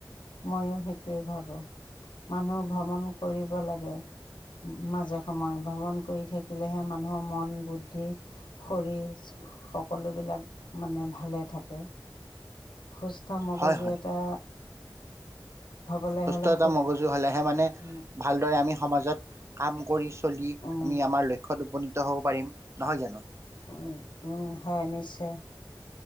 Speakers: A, on the left; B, on the right.
A: ময়ো সেইটোৱে ভাবো। মানুহ ভ্ৰমণ কৰিব লাগে। মাজে সময়ে ভ্ৰমণ কৰি থাকিলেহে মানুহৰ মন বুদ্ধি শৰীৰ সকলোবিলাক মানে ভালে থাকে সুস্থ মগজু
B: হয় হয়
A: এটা হ'বলৈ
B: সুস্থ
A: হ'লে
B: এতা মগজু হলেহে মানে
A: উম,
B: ভালদৰে আমি সমাজত কাম কৰিছোঁ চলি
A: উম,
B: আমি আমাৰ লক্ষ্যত উপনীত হ'ব পাৰিম নহয় জানো
A: উ, উম হয়, নিশ্চয়।